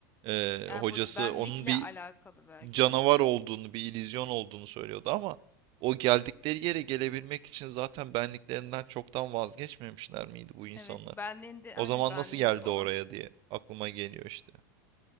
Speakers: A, on the right; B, on the left.
A: Ee,
B: Yani
A: hocası
B: bu benlikle
A: onun bir
B: alakalı belki
A: canavar
B: de.
A: olduğunu, bir illüzyon olduğunu söylüyordu ama o geldikleri yere gelebilmek için zaten benliklerinden çoktan vazgeçmemişler miydi bu insanlar?
B: Evet benliğinde
A: O
B: hani
A: zaman
B: benliğinde
A: nasıl geldi
B: olan
A: oraya diye aklıma geliyor işte.